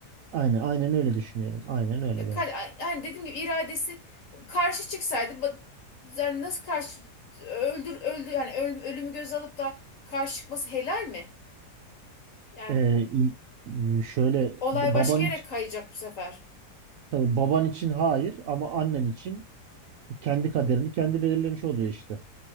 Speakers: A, on the right; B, on the left.
A: Aynen, aynen öyle düşünüyorum. Aynen öyle
B: Ya,
A: bence.
B: kal- yani dediğim gibi iradesi karşı çıksaydı ba- yani nasıl karşı öldür öldü yani ölüm, ölümü göz alıp da karşı çıkması helal mi? Yani
A: Ee, il- y- şöyle
B: olay
A: baban
B: başka yere
A: için,
B: kayacak bu sefer.
A: tabii baban için hayır ama annen için kendi kaderini kendi belirlemiş oluyor işte.